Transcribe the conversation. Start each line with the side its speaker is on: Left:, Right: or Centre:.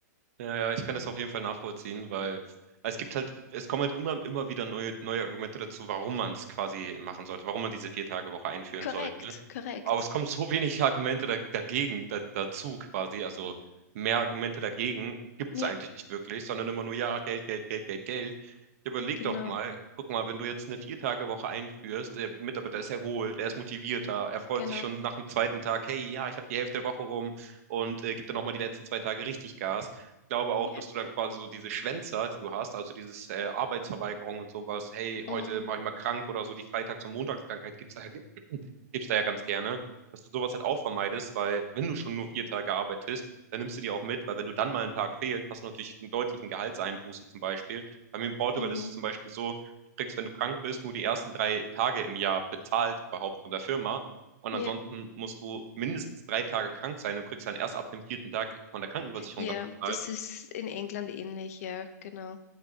Right: Ja, ja, ich kann das auf jeden Fall nachvollziehen, weil es gibt halt, es kommen halt immer, immer wieder neue, neue Argumente dazu, warum man es quasi machen sollte, warum man diese vier Tage Woche einführen
Left: Korrekt,
Right: sollte.
Left: korrekt.
Right: Aber es kommen so wenig Argumente da, dagegen, da, dazu quasi, also mehr Argumente dagegen gibt
Left: Ja,
Right: es eigentlich nicht wirklich, sondern immer nur, ja, Geld, Geld, Geld, Geld, Geld. Ja, Überleg
Left: genau,
Right: doch mal, guck mal, wenn du jetzt eine vier Tage Woche einführst, der Mitarbeiter ist erholt, er ist motivierter, er freut
Left: genau.
Right: sich schon nach dem zweiten Tag, hey, ja, ich habe die Hälfte der Woche rum und äh, gibt dann auch mal die letzten zwei Tage richtig Gas glaube auch,
Left: Ja,
Right: dass du dann quasi so diese Schwänzer, die du hast, also dieses äh, Arbeitsverweigerung und sowas, hey, heute
Left: mm,
Right: mache ich mal krank oder so, die Freitags- und Montagskrankheit gibt's da ja, <clears throat> <laughs> gibt's da ja ganz gerne, dass du sowas halt auch vermeidest, weil wenn du schon nur vier Tage arbeitest, dann nimmst du die auch mit, weil wenn du dann mal einen Tag fehlst, hast du natürlich einen deutlichen Gehaltseinbuße zum Beispiel. Bei mir in Portugal
Left: mhm.
Right: ist es zum Beispiel so, du kriegst, wenn du krank bist, nur die ersten drei Tage im Jahr bezahlt überhaupt von der Firma. Und
Left: Ja,
Right: ansonsten musst du mindestens drei Tage krank sein und kriegst dann erst ab dem vierten Tag von der Krankenversicherung
Left: ja,
Right: das bezahlt
Left: das ist in England ähnlich, ja, genau.